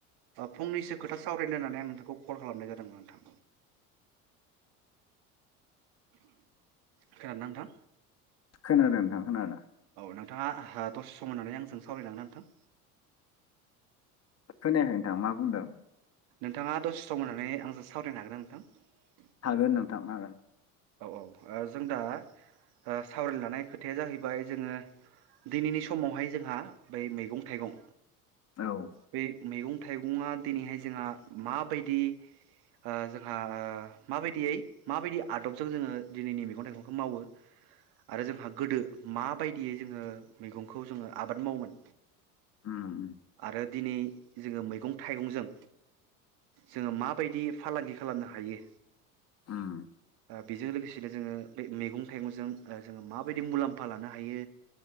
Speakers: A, on the right; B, on the left.
A: फंनैसो खोथा सावरायनो होननानै आं नोंथांखौ कल खालामनाय जादोंमोन नोंथां खोनादोंना नोंथां
B: खोनादों नोंथां खोनादों
A: औ नोंथाङा हा दसे सम होननानै आंजों सावरायलांनो नोंथां
B: खोनायाखै नोंथां मा बुंदों
A: नोंथाङा दसे सम होननानै आंजों सावरायनो हागोनना नोंथां
B: हागोन नोंथां हागोन
A: औ औ ओ जों दा ओ सावरायनो लानाय खोथाया जाहैबाय जोङो दिनैनि समावहाय जोंहा बै मैगं थाइगं
B: औ उम
A: बे मैगं थाइगङा दिनैहाय जोंहा माबायदि ओ जोंहा ओ माबायदियै माबायदि आदबजों जोङो दिनैनि मैगं थाइगंखौ मावो आरो जोंहा गोदो माबायदियै जोङो मैगंखौ जोङो आबाद मावोमोन
B: उम
A: आरो दिनै जोङो मैगं थाइगंजों जोङो माबायदि फालांगि खालामनो हायो
B: उम
A: बेजों लोगोसेनो जोङो बे मैगं थाइगंजों ओ जोङो माबायदि मुलाम्फा लानो हायो